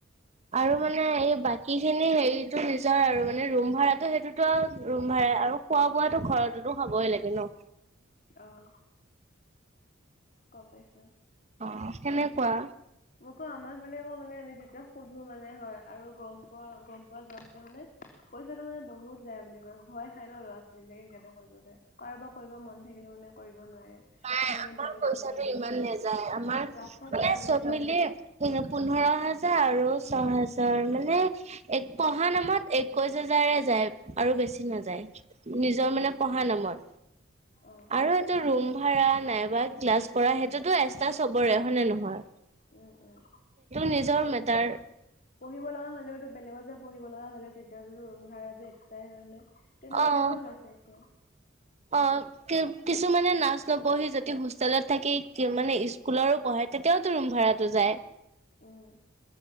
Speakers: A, on the right; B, on the left.
A: আৰু মানে এই বাকী খিনি হেৰিতটো নিজৰ আৰু, মানে ৰুম ভাড়াতটো সেইটোতো আৰু ৰুম ভাড়া আৰু খোৱা বোৱাতো ঘৰতেতো খাবই লাগে ন।
B: অঁ গম পাইছোঁ।
A: অ তেনেকুৱা।
B: মোকো আমাৰ ফালে ক মানে আমি যেতিয়া সুধো মানে হয় আৰু গম পোৱা গম পোৱা যাওঁ তে মানে পইচাটো মানে বহুত যায় বোলে ভয় খাই ন ল'ৰা ছোৱালী বিলাকে সেইকাৰণে কৰিবলৈ কাৰোবাৰ কৰিব মন থাকিলে মানে কৰিব ক'ব' নোৱাৰে
A: নাই
B: পেমেণ্ট
A: আমাৰ
B: টো বেছি
A: পইচাটো
B: লাগে বোলে
A: ইমান নাযায় আমাৰ
B: লাখত
A: মানে
B: যায় বুলি কয়।
A: <unintelligible> পোন্ধৰ
B: যে
A: হাজাৰ আৰু ছয় হাজাৰ মানে এক পঢ়া নামত একৈশ হাজাৰ যায় যায় আৰু বেছি নাযায় নিজৰ মানে পঢ়া নামত
B: অঁ
A: আৰু এইটো ৰুম। ভাড়া নাইবা ক্লাছ কৰা, সেইটোতো এক্সট্ৰা চবৰে হয়নে নহয়?
B: উম উম
A: নিজৰ
B: সেইটো এক্সট্ৰা
A: মেটাৰ
B: হ'ব পঢ়িব লগা হ'লেওতো। বেলেগত যে পঢ়িব লগা হ'লেও তেতিয়াতো ৰুম ভাড়াটো এক্সট্ৰাই হয়। নাই তেনেকুৱা
A: অ
B: টাইপৰে হৈ আছে এতিয়াও।
A: অ কি কিছুমানে নাৰ্ছ নপঢ়ি যদি হোষ্টেলত থাকি মানে স্কুলৰো পঢ়া, তেতিয়াও তো ৰুম ভাড়াতো যায়
B: উম।